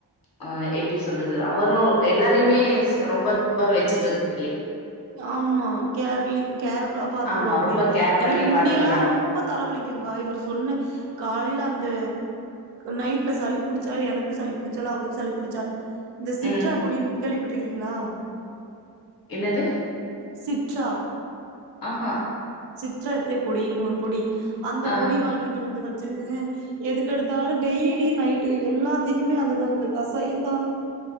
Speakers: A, on the left; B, on the right.
A: ஆ எப்டி சொல்றது அவரு எல்லாரையுமே ரொம்ப ரொம்ப வச்சுட்டு இரு
B: ஆமா கேர்லிங் கேர்ஃபுல்லா பாத்துக்குவாப்டி
A: ஆமா ரொம்ப கேர்
B: எனக்கு
A: பண்ணி
B: முன்னையெல்லா
A: பாத்துக்குறாங்க
B: ரொம்பத் தலவலிக்குங்கா இவரு சொன்ன காலைல அந்த நைட்ல சளி புடிச்சாவே எனக்கு சளி புடிச்சாலு அவருக்கு சளி புடிச்சாலு இந்த சிட்ற்றா
A: ம்
B: பொடின் கேள்விப்பட்ருக்கீங்ளா
A: என்னது
B: சிட்ற்றா
A: அ ஹா
B: சிட்ற்றத்தை பொடின்னு ஒரு பொடி அந்த
A: ஆ
B: பொடி வாங்கிட்டு வந்து வச்சு எதுக்கெடுத்தாலு டெய்லி நைட்டு எல்லாத்திக்குமே அதுதா அந்த கசாயோந்தா